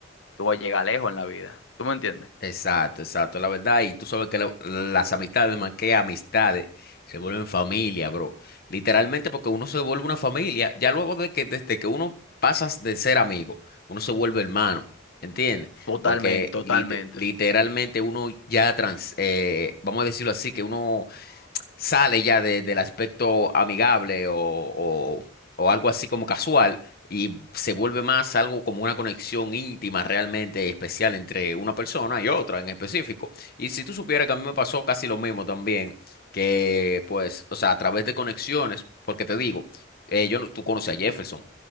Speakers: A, on the left; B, on the left.
A: tú vas a llegar lejos en la vida. ¿Tú me entiendes?
B: Exacto, exacto, la verdad. Y tú sabes que la- las amistades, más que amistades, se vuelven familia, bro. Literalmente porque uno se vuelve una familia, ya luego de que desde que uno pasas de ser amigo, uno se vuelve hermano, ¿entiendes?
A: Totalmente,
B: Porque
A: totalmente.
B: lite- literalmente uno ya trans, eh, vamos a decirlo así, que uno sale ya de- del aspecto amigable o, o- o algo así como casual y se vuelve más algo como una conexión íntima realmente especial entre una persona y otra en específico. Y si tú supieras que a mí me pasó casi lo mismo también, que pues, o sea, a través de conexiones, porque te digo, eh, yo no- tú conoces a Jefferson,